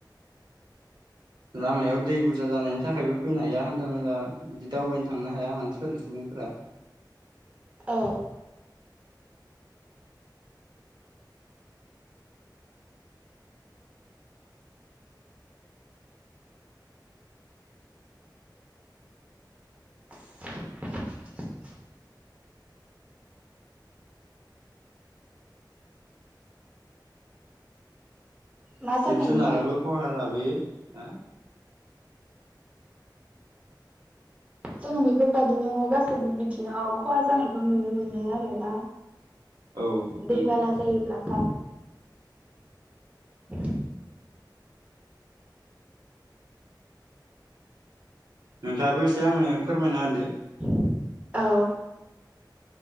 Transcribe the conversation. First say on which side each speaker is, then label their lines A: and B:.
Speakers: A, on the right; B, on the right.
A: लामायाव दै बुरजा जानायनि थाखायबो फैनो हाया हान्था मेला बिदि दावबायनो थांनो हाया मानसिफोरा सुबुंफोरा।
B: औ। <inaudible> मा जाखो
A: जिब जुनाराबो
B: नोंथां
A: खहा लाबोयो हा।
B: जों बेफोरबायदिनो गासैबो बिथिङाव खहा जानायखौ नुनो मोनो आरोना।
A: औ नंगौ
B: दैबाना जायोब्ला <unintelligible>
A: नोंथाङाबो एसे आंनो फोरमायना होदो।
B: <unintelligible> औ